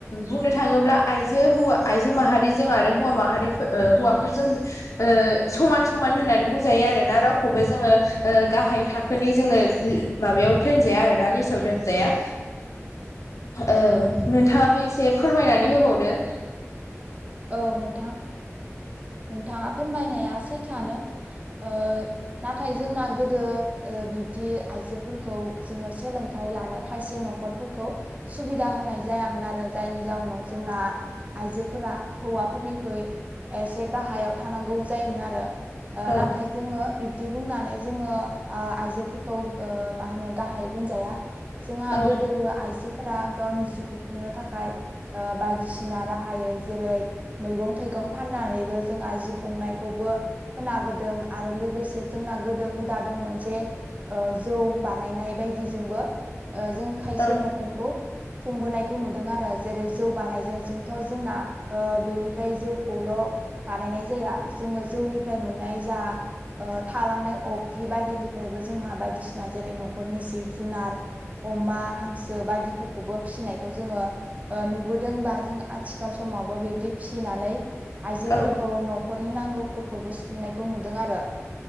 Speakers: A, on the left (about 85°); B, on the right (about 30°).
A: बुंनो थाङोब्ला आइजो हौवा आइजो माहारिजों आरो हौवा माहारिफोर हौवा बेफोरजों ओ समान समान होननानै बुंजायो आरोना रावखौबो जोङो ओ गाहाय थाखोनि जोङो माबायाव दोनजाया आरोना लिस्टाव दोनजाया औ नोंथाङाबो एसे फोरमायनानै होबावदो।
B: औ ओ नोंथां नोंथाङा फोरमायनाया सैथानो। ओ नाथाय जोंना गोदो बिब्दि आइजोफोरखौ जोङो सोलोंथाइ लानो खायसे न'खरफोरखौ सुबिदा होनाय जायामोन आरो जायनि जाउनाव जोंना आइजोफोरा हौवाफोरनिख्रुइ एसे गाहायाव थानांगौ जायोमोन आरो
A: औ
B: नाथाय जोङो बिब्दि बुंनानै जोङो आइजोफोरखौ मा होनो गाहाय बुंजाया। जोंहा
A: औ
B: गोदोबो आइजो फोर्र गावनि जिउखौ खुंनो थाखाय बायदिसिना राहायै जेरै मैगं थाइगं फाननानैबो जोंहा जिउ खुंनायखौबो खाबोदों आरो लोगोसे जोंना गोदो हुदा दंमोन जे ओ जौ बानायनाय बायदिजोंबो ओ जों खायसे
A: औ
B: न'खरखौ खुंबोनायखौ नुदों आरो जेरै जौ बानायजों जोंथ' जोंना ओ बेनिफ्राय जौ फल' बानायनाय जाया जोङो जौनिफ्राय मोननाय जा ओ थालांनाय अफ्रि बायदिनिफ्रायबो जोंहा बायदिसिना जेरै न'खरनि जिब जुनार अमा हांसो बायदिफोरखौबो फिसिनायखौ जोङो नुबोदों बा जों आथिखाल समावबो बिबदि फिनानै आइजोफोरखौ
A: औ
B: नख न'खरनि नांगौफोरखौबो सुंनायखौ नुदों आरो